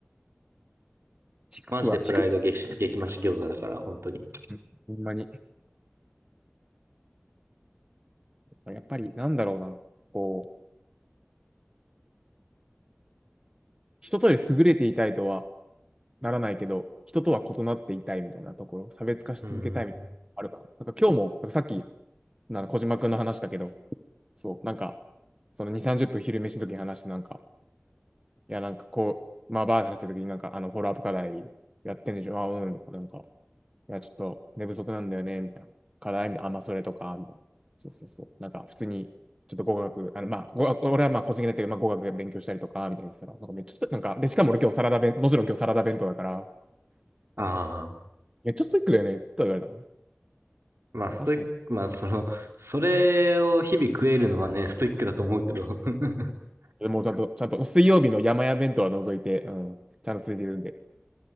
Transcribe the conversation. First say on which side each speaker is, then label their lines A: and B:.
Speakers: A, on the right; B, on the right.
A: 低くは、
B: マジでプライド激激増し餃子だから、
A: 低くは、
B: 本当に。
A: うん、ほんまに。やっぱり、なんだろうな。こう、人とより優れていたいとはならないけど、人とは異なっていたいみたいなところ、差別化し続けたいみたいなのあるかな。
B: うんうん。
A: なんか今日も、なんかさっき、なんか小島くんの話だけど、そう、なんか、その2、30分昼飯の時に話して、なんか、いや、なんかこう、まあ、バーって話した時に、なんか、あの、フォローアップ課題やってんでしょ、あ、うん、とか、なんか、いや、ちょっと寝不足なんだよね、みたいな。課題みたいな、あ、まあ、それとか、みたいな。そうそうそう。なんか、普通に、ちょっと語学、あの、まあ、語学、俺はまあ、個人的だけど、まあ、語学勉強したりとか、みたいにしたら、なんかめっちゃ、なんか、で、しかも俺今日サラダ弁、もちろん今日サラダ弁当だから、
B: ああ、
A: なんか、めっちゃストイックだよね、とは言われたか
B: まあ、
A: な。
B: ストイック、
A: 確かに。
B: まあ、その、それを日々食えるのはね、ストイックだと思うけど。<laughs>
A: でもちゃんと、ちゃんと、水曜日の山屋弁当は除いて、うん、ちゃんと続いてるんで、